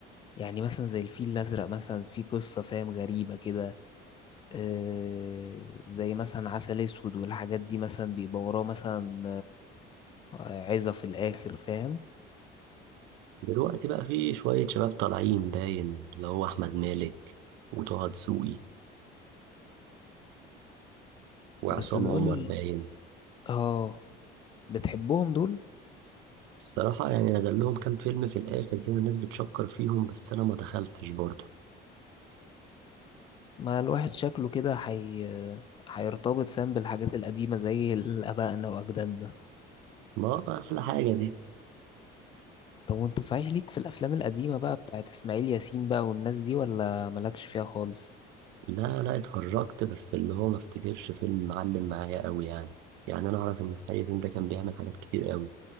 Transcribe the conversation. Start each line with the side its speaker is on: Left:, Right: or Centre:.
Left: يعني مثلا زي الفيل الأزرق مثلا في قصة فاهم غريبة كده آه زي مثلا عسل أسود والحاجات دي مثلا بيبقى وراه مثلا آه، عظة في الآخر فاهم
Right: دلوقتي بقى في شوية شباب طالعين باين اللي هو أحمد مالك وطه دسوقي وعصام
Left: بس دول
Right: عمر باين
Left: اه بتحبهم دول
Right: الصراحة يعني نزل لهم كام فيلم في الآخر كده الناس بتشكر فيهم بس أنا ما دخلتش برضه
Left: ما الواحد شكله كده حي... هيرتبط فاهم بالحاجات القديمة زي ال- آبائنا وأجدادنا
Right: ما أحلى حاجة دي
Left: طب وانت صحيح ليك في الأفلام القديمة بقى بتاعت إسماعيل ياسين بقى والناس دي ولا مالكش فيها خالص؟
Right: لا لا اتفرجت بس اللي هو ما افتكرش فيلم معلم معايا قوي يعني يعني أنا أعرف إن إسماعيل ياسين ده كان بيعمل حاجات كتير قوي